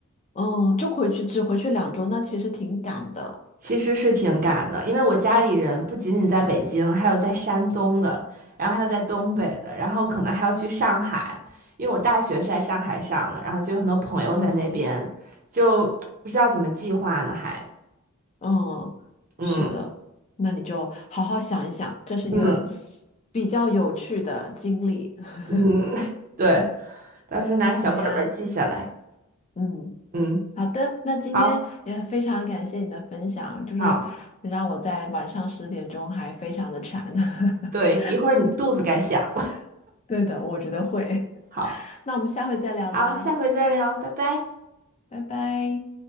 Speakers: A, on the left; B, on the right.
A: 哦，就回去，只回去两周，那其实挺赶的。
B: 其实是挺赶的，因为我家里人不仅仅在北京，还有在山东的，然后还有在东北的，然后可能还要去上海，因为我大学是在上海上的，然后就有很多朋友在那边，
A: 嗯。
B: 就不知道怎么计划呢，还，
A: 嗯，
B: 嗯
A: 是的，那你就好好想一想，这是一个
B: 嗯
A: 比较有趣的经历。<laughs>
B: 嗯，<laughs> 对，到时候拿个小本本儿记下来，
A: 好呀，嗯，
B: 嗯，
A: 好的，那今天也非常感谢你的分享，
B: 好，
A: 就是让我在晚上十点钟还非常的馋。
B: 好，
A: <laughs>
B: 对，一会儿你肚子该响了，
A: 对的，我觉得会。<laughs>
B: <laughs> 好，
A: 那我们下回再聊吧，
B: 好，下回再聊，拜拜。
A: 拜拜。